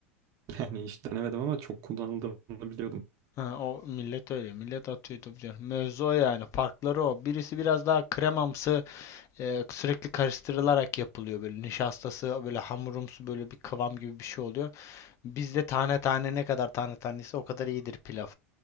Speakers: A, on the right (about 50°); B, on the left (about 40°).
A: Yani hiç denemedim ama çok kullanıldığını biliyordum.
B: Ha, o millet öyle. Millet atıyor tabii canım. Mevzu o yani. Farkları o. Birisi biraz daha kremamsı e, sürekli karıştırılarak yapılıyor böyle. Nişastası böyle hamurumsu böyle bir kıvam gibi bir şey oluyor. Bizde tane tane ne kadar tane tanesi o kadar iyidir pilav.